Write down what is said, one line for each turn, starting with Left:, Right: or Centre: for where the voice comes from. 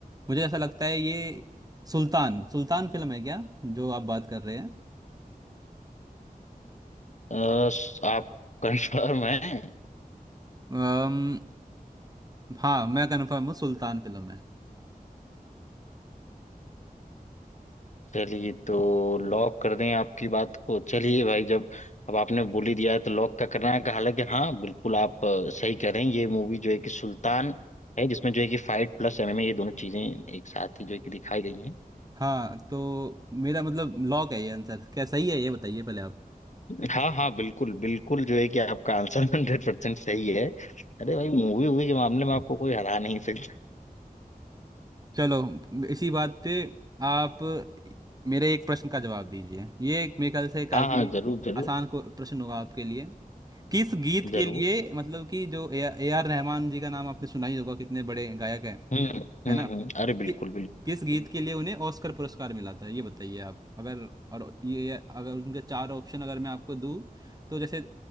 Right: मुझे ऐसा लगता है ये सुल्तान सुल्तान फिल्म है क्या जो आप बात कर रहे हैं
Left: अ, आप कंफर्म है
Right: अम, हाँ मैं कंफर्म हूँ सुल्तान फिल्म है
Left: चलिए तो लॉक कर दें आपकी बात को चलिए भाई जब अब आपने बोली दिया है तो लॉक का करना है हालांकि हाँ बिल्कुल आप अ, सही कह रहे हैं ये मूवी जो है कि सुल्तान है जिसमें जो है कि फाइट प्लस एमएमए ये दोनों चीजें एक साथ ही जो है कि दिखाई गई हैं
Right: हाँ तो मेरा मतलब लॉक है ये आंसर क्या सही है ये बताइए पहले आप
Left: हाँ हाँ बिल्कुल बिल्कुल जो है कि आपका आंसर हंड्रेड परसेंट सही है अरे भाई मूवी वूवी के मामले में
Right: <laughs>
Left: आपको कोई हरा नहीं सकता
Right: चलो इसी बात पे आप मेरे एक प्रश्न का जवाब दीजिए ये एक मेरे ख्याल से काफी
Left: हाँ हाँ जरूर जरूर
Right: आसान को प्रश्न होगा आपके लिए किस गीत
Left: जरूर
Right: के लिए मतलब कि जो A A R Rahman ji का नाम आपने सुना ही होगा कितने बड़े गायक हैं
Left: हम्म हम्म
Right: है ना कि,
Left: हम्म अरे बिल्कुल बिल्कुल
Right: किस गीत के लिए उन्हें ऑस्कर पुरस्कार मिला था ये बताइए आप अगर और ये अगर उनके चार ऑप्शन अगर मैं आपको दूं तो जैसे